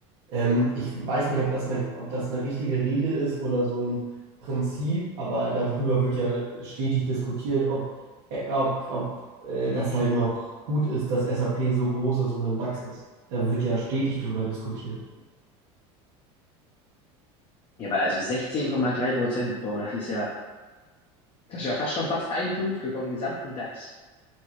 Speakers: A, on the right; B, on the left.
A: Ähm, ich weiß nicht, ob das eine, ob das eine richtige Regel ist oder so ein Prinzip, aber darüber wird ja stetig diskutiert, ob, äh, ob, ob äh, das halt noch gut ist, dass SAP so groß ist und im DAX ist. Da wird ja stetig drüber diskutiert.
B: Ja, aber also sechzehn Komma drei Prozent, Bro, das ist ja, das ist ja fast schon fast ein Fünftel vom gesamten DAX.